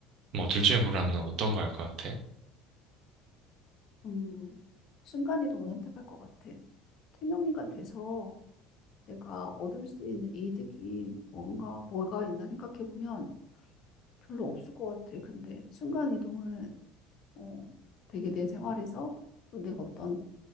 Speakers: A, on the right; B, on the left.
A: 뭐둘 중에 고르라면 어떤 거 할 것 같아?
B: 음, 순간이동을 선택할 것 같아. 태명인간 돼서 내가 얻을 수 있는 이득이 뭔가, 뭐가 있나 생각해보면 별로 없을 것 같아. 근데 순간이동은 어, 되게 내 생활에서 또 내가 어떤